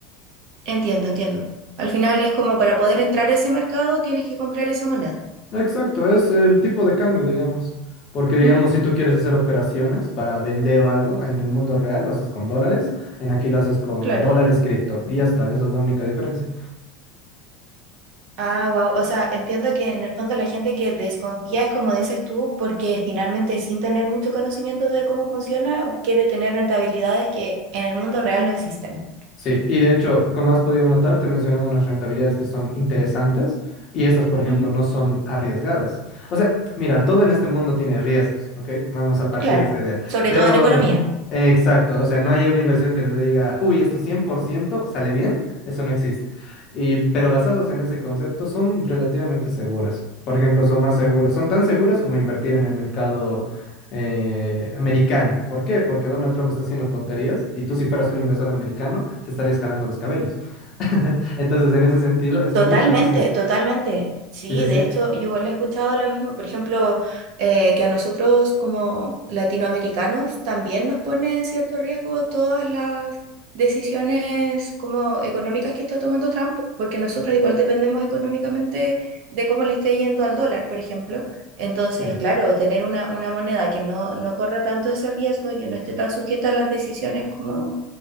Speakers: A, on the right; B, on the left.
A: Entiendo, entiendo. Al final es como para poder entrar a ese mercado tienes que comprar esa moneda.
B: Exacto, es el tipo de cambio, digamos. Porque, digamos,
A: Ujú,
B: si tú quieres hacer operaciones para vender o algo en el mundo real, lo haces con dólares. En aquí lo haces con
A: claro.
B: dólares cripto. Y ya está, esa es la única diferencia.
A: Ah, wow. O sea, entiendo que en el fondo la gente que desconfía es como dices tú, porque finalmente sin tener mucho conocimiento de cómo funciona, quiere tener rentabilidades que en el mundo real no existen.
B: Sí, y de hecho, como has podido notar, te he mencionado unas rentabilidades que son interesantes y estas, por ejemplo,
A: Ujú,
B: no son arriesgadas. O sea, mira, todo en este mundo tiene riesgos, ¿ok? Vamos a partir
A: Claro,
B: de esa idea.
A: sobre
B: Pero,
A: todo en economía.
B: eh, exacto, o sea, no hay una inversión que te diga, uy, esto 100% sale bien, eso no existe. Y, pero basados en ese concepto, son relativamente seguras. Por ejemplo, son más seguras, son tan seguras como invertir en el mercado eh, americano. ¿Por qué? Porque Donald Trump está haciendo tonterías y tú si fueras un inversor americano te estarías jalando los cabellos. <laughs> Entonces, en ese sentido, es
A: Totalmente,
B: mucho más... se-
A: totalmente. Sí,
B: Dice, sí,
A: de hecho,
B: sí,
A: yo igual he escuchado lo mismo. Por ejemplo, eh, que a nosotros como latinoamericanos también nos pone en cierto riesgo todas las decisiones como económicas que está tomando Trump, porque nosotros igual dependemos económicamente de cómo le esté yendo al dólar, por ejemplo. Entonces,
B: eh,
A: claro, tener una, una moneda que no, no corra tanto ese riesgo y que no esté tan sujeta a las decisiones como